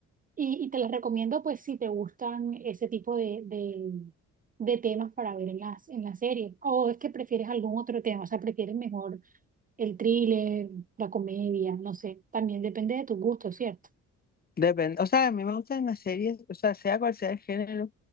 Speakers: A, on the right; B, on the left.
A: y, y te la recomiendo pues si te gustan ese tipo de, de, de temas para ver en las, en la serie. O es que prefieres algún otro tema, o sea, prefieres mejor el thriller, la comedia, no sé, también depende de tus gustos, ¿cierto?
B: Depende, o sea, a mí me gustan las series, o sea, sea cual sea el género,